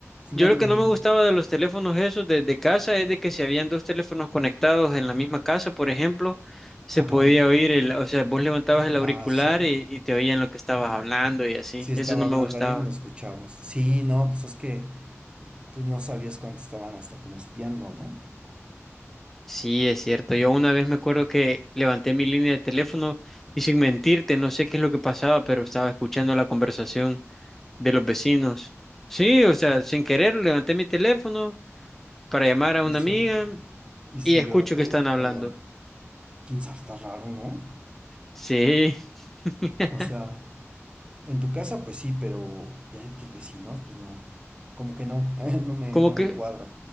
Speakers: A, in the centre; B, on the right (about 20°).
A: Yo
B: no,
A: lo
B: dime,
A: que no
B: dime.
A: me gustaba de los teléfonos esos de, de casa es de que si habían dos teléfonos conectados en la misma casa, por ejemplo, se
B: Ajá.
A: podía oír el, o sea, vos levantabas el auricular
B: Ah, sí.
A: y, y te oían lo que estabas hablando y así.
B: Sí estaba
A: Eso no
B: hablando
A: me gustaba.
B: alguien lo escuchabas. Sí, no, pues es que pues no sabías cuánto estaban hasta como espiando, ¿no?
A: Sí, es cierto. Yo una vez me acuerdo que levanté mi línea de teléfono y sin mentirte, no sé qué es lo que pasaba, pero estaba escuchando la conversación de los vecinos. Sí, o sea, sin querer levanté mi teléfono para llamar a una
B: Y soy,
A: amiga
B: y soy
A: y escucho
B: yo lo que
A: que están hablando.
B: hablaban. ¿Quién sabe? Está raro, ¿no?
A: Sí. <laughs>
B: O sea, en tu casa pues sí, pero ya de tus vecinos pues no. Como que no, <laughs> no me,
A: Como
B: no
A: que,
B: me cuadra.